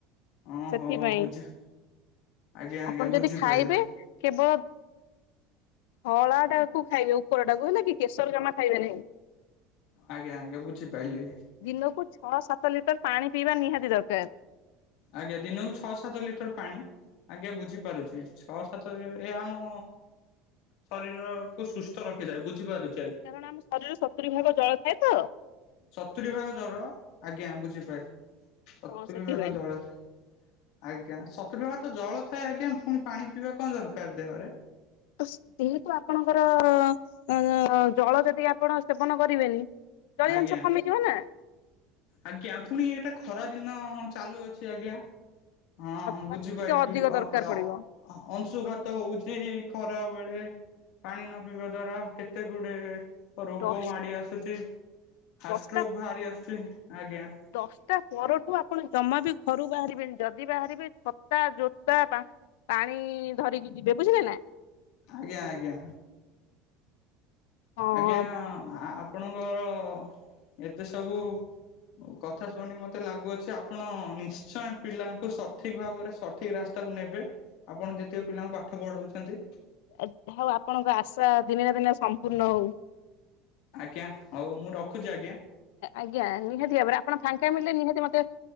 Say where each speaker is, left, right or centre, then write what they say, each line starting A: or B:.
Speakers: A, on the left; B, on the left.
A: ଓଁ
B: ସେଥିପାଇଁ
A: ହୋ ବୁଝି ଆଜ୍ଞା ଆଜ୍ଞା
B: ଆପଣ ଯଦି
A: ବୁଝିପାଇଲି।
B: ଖାଇବେ କେବଳ ଧଳା ଟା କୁ ଖାଇବେ ଉପରଟାକୁ ହେଲା କି କେଶର ଜମା ଖାଇବେ ନାହିଁ।
A: ଆଜ୍ଞା ଆଜ୍ଞା ବୁଝିପାଇଲି।
B: ଦିନକୁ ଛଅ ସାତ ଲିଟର ପାଣି ପିଇବା ନିହାତି ଦରକାର।
A: ଆଜ୍ଞା ଦିନକୁ ଛଅ ସାତ ଲିଟର ପାଣି ଆଜ୍ଞା ବୁଝିପାରୁଛି ଛଅ ସାତ ଏ ଆମ ଶରୀରକୁୁ ସୁସ୍ଥ ରଖିଥାଏ। ବୁଝିପାରୁ
B: କାରଣ ଆମ ଶରୀରରେ ସତୁରି ଭାଗ ଜଳ ଥାଏ ତ।
A: ସତୁରି ଭାଗ ଜର ଆଜ୍ଞା ବୁଝିପାଇଲି ସତୁରି
B: ହଁ ସେଥିପାଇଁ।
A: ଭାଗ ଜଳ ଥା ଆଜ୍ଞା ସତୁରି ଭାଗତ ଜଳ ଥାଏ ଆଜ୍ଞା ପୁଣି ପାଣି ପିଇବା କଣ ଦରକାର ଦେହରେ?
B: ତ ଯେହେତୁ ଆପଣଙ୍କର ଅ ଜଳ ଯଦି ଆପଣ ସେବନ କରିବେନି ଜଳୀୟ
A: ଆଜ୍ଞା।
B: ଅଂଶ କମିଯିବ ନା
A: ଆଜ୍ଞା ଫୁଣି ଏଟା ଖରା ଦିନ ଚାଲୁଅଛି ଆଜ୍ଞା। ହଁ ହଁ ବୁଝିପାଇଲି
B: ତାଠୁ ଟିକେ ଅଧିକ
A: ଅ
B: ଦରକାର
A: ଅଁ।
B: ପଡିବ
A: ଅଂ ଅଂଶୁଘାତ ହଉଛି ଖରା ବେଳେ। ପାଣି ନ ପିଇବା ଦ୍ଵାରା କେତେ ଗୁଡେ ରୋଗ
B: ଦଶ
A: ମାଡି ଆସୁଛି। ହାର୍ଷ୍ଟ୍ରୋକ୍
B: ଦଶଟା
A: ଭାହାରି ଆସୁଛି ଆଜ୍ଞା।
B: ଦଶଟା ପରଠୁ ଆପଣ ଜମା ବି ଘରୁ ବାହାରିବେନି ଯଦି ବାହାରିବେ ଛତା ଜୋତା ବା ପାଣି ଧରିକି ଯିବେ ବୁଝିଲେ ନା?
A: ଆଜ୍ଞା ଆଜ୍ଞା।
B: ହଁ
A: ଆଜ୍ଞା ଆ ଆପଣଙ୍କର ଏତେ ସବୁ କଥା ଶୁଣି ମତେ ଲାଗୁଅଛି ଆପଣ ନିଶ୍ଚୟ ପିଲାଙ୍କୁ ସଠିକ ଭାବରେ ସ ଠିକ ରାସ୍ତାକୁ ନେବେ ଆପଣ ଯେତିକ ପିଲାଙ୍କୁ ପାଠ ପଢଉଛନ୍ତି।
B: ଏ ଆପଣଙ୍କ ଆଶା ଦିନେ ନା ଦିନେ ସମ୍ପୂର୍ଣ୍ଣ ହଉ।
A: ଆଜ୍ଞା ହଉ ମୁଁ ରଖୁଛି ଆଜ୍ଞା।
B: ଆଜ୍ଞା ନିହାତି ଭାବରେ ଆପଣ ଫାଙ୍କା ମିଳିଲେ ନିହାତି ମତେ